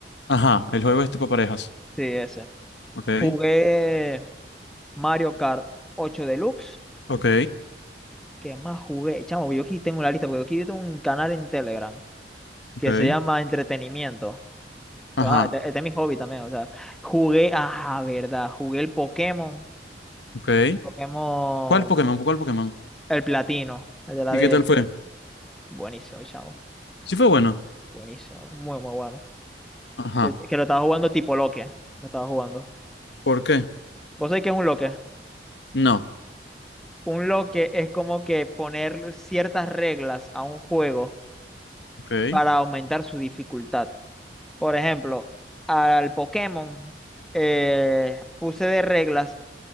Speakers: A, on the left; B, in the centre.
A: Ajá, el juego este para parejas.
B: Sí, ese.
A: Ok,
B: Jugué Mario Kart 8 Deluxe.
A: ok,
B: ¿Qué más jugué? Chamo, yo aquí tengo una lista, porque aquí tengo un canal en Telegram que
A: ok.
B: se llama Entretenimiento.
A: Ajá.
B: Pues, Ah, este, este es mi hobby también, o sea, jugué, ah, verdad, jugué el Pokémon,
A: Ok.
B: el Pokémon,
A: ¿Cuál Pokémon? ¿Cuál Pokémon?
B: el platino, el de la
A: ¿Y
B: de,
A: qué tal fue?
B: buenísimo, chavo,
A: Sí fue bueno.
B: buenísimo, muy, muy bueno.
A: Ajá.
B: Que, que lo estaba jugando tipo loque, lo estaba jugando.
A: ¿Por qué?
B: ¿Vos sabés qué es un loque?
A: No.
B: Un loque es como que poner ciertas reglas a un juego
A: Ok.
B: para aumentar su dificultad. Por ejemplo, al Pokémon eh, puse de reglas